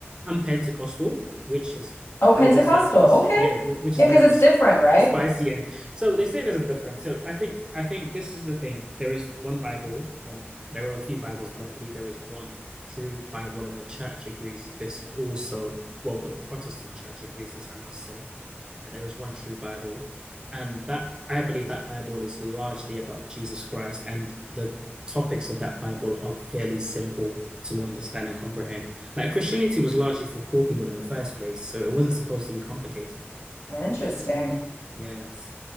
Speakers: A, on the right; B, on the left.
A: I'm Pentecostal, which is
B: Oh, Pentecostal.
A: I would say is
B: Okay.
A: yeah, which is
B: Yeah,
A: more
B: because
A: on
B: it's
A: the
B: different, right?
A: spicy end. So they say there's a difference. So I think I think this is the thing. There is one Bible. Well, there are a few Bibles, but I believe there is one true Bible, and the church agrees this also. Well, the Protestant church agrees this, I must say that there is one true Bible, and that I believe that Bible is largely about Jesus Christ, and the topics of that Bible are fairly simple to understand and comprehend. Like Christianity was largely for poor people in the first place, so it wasn't supposed to be complicated.
B: Interesting.
A: Yes.